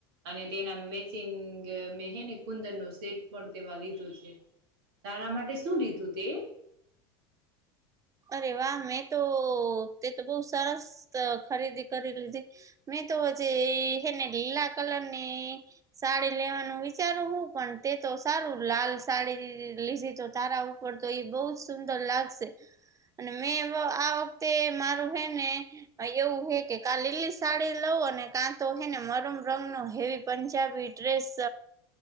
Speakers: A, on the right (about 70°); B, on the right (about 25°).
A: અને તેના મેચિ મેને કુંદરનો સેટ પણ તેમાં લીધો છે તારા માટે શું લીધું તે
B: અરે વાહ મેં તો તે તો બહ સરસ ખરીદી કરી લીધી મેં તો જે એને લીલા કલર ની સાડી લેવાનું વિચારું હું પણ તે તો સારું લાલ સાડી લીધી તો તારા ઉપર તો એ બહ જ સુંદર લાગશે અને મેં આ વખતે મારું હે ને એવું હે કે કા લીલી સાડી લઉ અને કાં હને મરમ રંગ નો હેવી પંજાબી ડ્રેસ